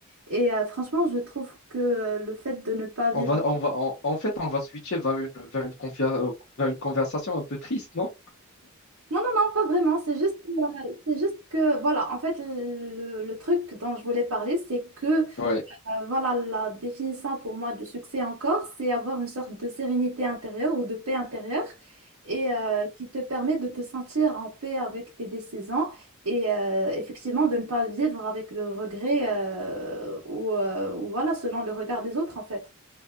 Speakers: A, on the right; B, on the left.
A: Et euh, franchement, je trouve que euh, le fait de ne pas vivre...
B: On va, on va, en en fait, on va switcher vers une, vers une, confia- euh, vers une conversation un peu triste, non?
A: Non, non, non, pas vraiment. C'est juste, euh, c'est juste que, voilà, en fait, le, le truc dont je voulais parler, c'est que
B: Ouais.
A: Voilà la définition pour moi de succès encore, c'est avoir une sorte de sérénité intérieure ou de paix intérieure et euh, qui te permet de te sentir en paix avec tes décisions et euh, effectivement de ne pas vivre avec le regret euh, ou, euh, ou voilà selon le regard des autres en fait.